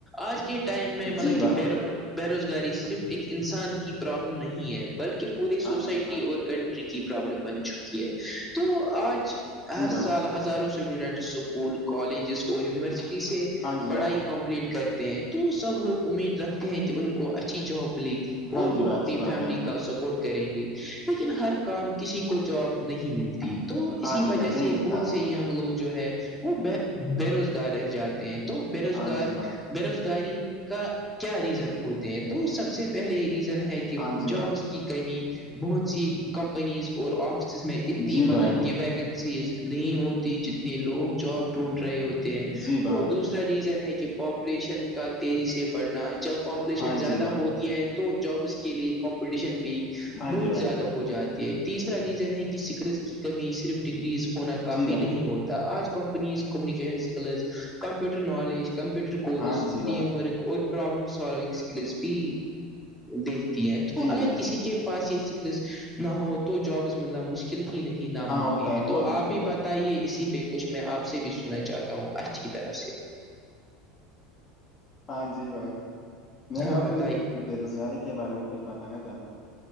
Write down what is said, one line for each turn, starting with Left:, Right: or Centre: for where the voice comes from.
Centre: آج کے ٹائم میں مطلب
Left: جی
Centre: کہ
Left: بھائی
Centre: بے بےروزگاری صرف ایک انسان کی پرابلم نہیں ہے بلکہ پوری
Left: ہاں
Centre: سوسائٹی
Left: جی بھائی
Centre: اور کنٹری کی پرابلم بن چکی ہے تو آج
Left: جی
Centre: ہر
Left: بھائی
Centre: سال ہزاروں اسٹوڈنٹ اسکول کالجز اور یونیورسٹی سے
Left: ہاں جی
Centre: پڑھائی
Left: بھائی
Centre: کے کمپلیٹ کرتے ہیں تو سب لوگ امید رکھتے ہیں کہ ان کو اچھی جاب ملی
Left: ہاں
Centre: اور
Left: جی
Centre: وہ
Left: بھائی
Centre: اپنی
Left: اچھی بات
Centre: فیملی
Left: کہ آپ نے
Centre: کا سپورٹ کریں گے لیکن ہر کام کسی کو جاب نہیں ملتی تو
Left: ہاں
Centre: اسی
Left: جی
Centre: وجہ
Left: بھائی نہیں
Centre: سے
Left: ملتا
Centre: بہت
Left: آج
Centre: سے
Left: کل
Centre: ینگ لوگ جو ہے وہے بے روزگار رہ جاتے ہیں تو بے روزگار
Left: ہاں جی بھائی
Centre: بے روزگاری کا کیا ریزن ہوتے ہیں تو سب سے پہلے ریزن ہے کہ
Left: ہاں جی
Centre: جابس
Left: بھائی
Centre: کی کمی بہت سی کمپنیز اور آفس جس میں اتنی
Left: جی
Centre: مطلب
Left: بھائی
Centre: کہ ویکنسیز نہیں ہوتی جتنے لوگ جاب ڈھونڈ رہے ہو ہیں
Left: جی بھائی
Centre: تو دوسرا ریزن ہے کہ پاپولیشن کا تیزی سے بڑھنا جب پاپولیشن
Left: ہاں
Centre: زیادہ
Left: جی بھائی
Centre: ہوتی ہے تو جابس کے لیے کمپٹیشن بھی
Left: ہاں
Centre: بہت
Left: جی بھائی
Centre: زیادہ ہو جاتی تیسرا ریزن ہے کہ سکڑس کی کمی صرف ڈگریز ہونا کافی
Left: جی بھائی
Centre: نہیں ہوتی آج companies communication skills computer knowledge computer کورس
Left: ہاں جی بھائی
Centre: ٹیم ورک اور پرابلم سالونگ سکلس بھی دیکھ تو
Left: جی
Centre: اگر
Left: بھائی
Centre: کسی کے پاس یہ سکلس نہ ہو تو جابس ملنا مشکل ل ہی نہیں ناممکن
Left: ہاں ہوتا
Centre: ہے
Left: بہت
Centre: تو آپ
Left: مشکل
Centre: بھی
Left: ہوتا
Centre: بتائیے
Left: ہے
Centre: اسی پہ کچھ میں آپ سے بھی سننا چاہتا ہوں اچھی طرح سے
Left: ہاں جی بھائی میں
Centre: ہاں
Left: بھی
Centre: بتائیے
Left: کوئی بے روزگاری کے بارے میں کچھ بتانا چاہتا ہوں